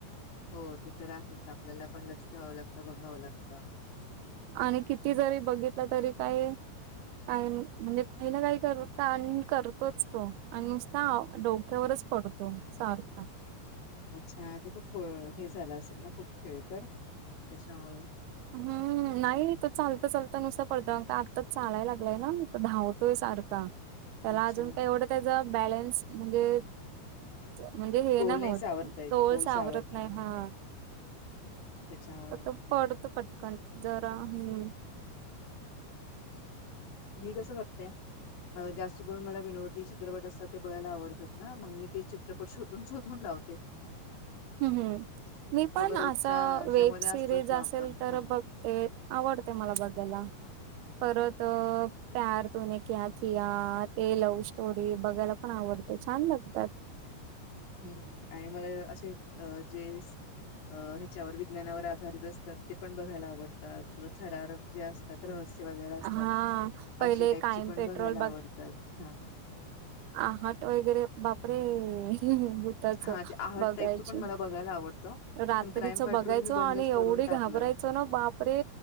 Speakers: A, on the left; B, on the right.
A: हो ते तर आहेच आपल्याला पण लक्ष ठ्यावं लागत बघावं लागतं.
B: आणि किती जरी बघितलं तरी काय. म्हणजे पहिलं काही कर आणि करतोच तो आणि नुसता डोक्यावरच. पडतो सारखा
A: अच्छा आता तो ख हे झाला असेल ना खूप खेळ कर त्याच्यामुळे.
B: हम्म नाही तो चालतं चालत नुसतं पडत का आत्ताच चालाय लागलाय ना धावत तो सारखा त्याला
A: अच्छा
B: अजून काही एवढं त्याचा बॅलन्स म्हणजे म्हणजे हे
A: तोल
B: ना
A: नाही
B: होत
A: सावरता येत
B: तोल सावरत
A: सावरता
B: नाही हा.
A: त्याच्यामुळे
B: तर तो पडतो पटकन जरा हम्म.
A: मी कसं करते जास्त सगून मला विनोदी चित्रपट असतात ते बघायला आवडतात ना मग मी ते चित्रपट शोधून शोधून लावते. ह
B: ह मी पण
A: रोजच्या
B: असं
A: ह्याच्यामध्ये
B: वेब सिरीज
A: असतोच ना
B: असेल
A: आपण
B: तर
A: हा.
B: बघ. ते आवडते मला बघायला. परत प्यार तुने क्या किया ते लव्ह स्टोरी बघायला पण आवडत छान लागतात.
A: हम्म आणि मला असे अ जे अ ह्याच्यावर विज्ञानावर आधारित असतात ते पण बघायला आवडतात. किंवा थरारक जे असतात रहस्य वगैरे असतात
B: हा पहिले
A: अशी टाईपची
B: कायम
A: पण
B: पेट्रोल
A: बघायला आवडतात हा.
B: आहट वगैरे बापरे भूताच
A: हा ते आहट
B: बघायची
A: टाईपचं पण मला बघायला आवडतं.
B: रात्रीच
A: पण क्राईम पेट्रोल
B: बघायचो
A: मी
B: आणि
A: बंदच
B: एवढे
A: करून टाकलं
B: घाबरायचो ना बापरे.